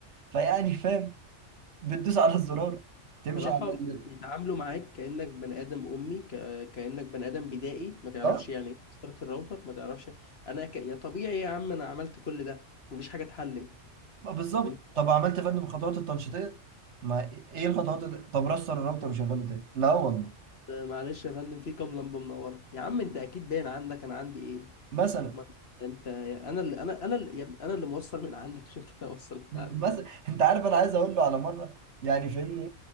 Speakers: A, on the right; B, on the left.
A: فيعني فاهم بتدوس على الزرار
B: هم
A: تمشي
B: بصراحة
A: على ال...
B: بيتعاملوا معاك كأنك بني آدم أمي ك... كأنك بني آدم بدائي ما تعرفش
A: اه
B: يعني إيه مسطرة الراوتر ما تعرفش أنا ك... يا طبيعي يا عم أنا عملت كل ده مفيش حاجة اتحلت
A: ما بالظبط
B: طب أنت
A: طب عملت فن بالخطوات التنشيطيه ما ايه الخطوات اللي... طب رستر الراوتر وشغله تاني لا والله
B: معلش يا فندم في كام لمبه منوره يا عم انت اكيد باين عندك انا عندي ايه
A: مثلا
B: ما انت انا اللي انا انا اللي يا ابني انا اللي موصل من عندك مش انت اللي موصل
A: مثلا
B: من عندي
A: انت عارف انا عايز اقول له على مره يعني فهمني